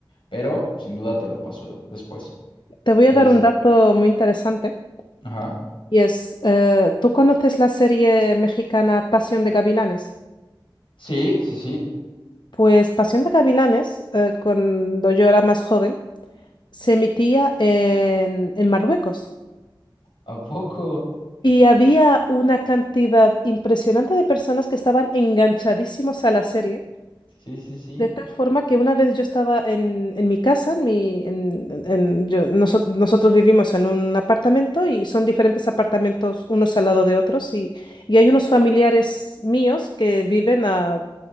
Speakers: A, on the left; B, on the left.
A: Pero sin duda te lo paso después.
B: Te voy
A: Este,
B: a dar un dato muy interesante
A: ajá.
B: y es, eh, ¿tú conoces la serie mexicana Pasión de Gavilanes?
A: Sí, sí, sí.
B: Pues Pasión de Gavilanes, eh, cuando yo era más joven, se emitía en, en Marruecos
A: ¿A poco?
B: y había una cantidad impresionante de personas que estaban enganchadísimos a la serie
A: Sí, sí, sí.
B: De tal forma que una vez yo estaba en, en mi casa, en mi, en- en- en- yo- noso- nosotros vivimos en un apartamento y son diferentes apartamentos unos al lado de otros y, y hay unos familiares míos que viven a,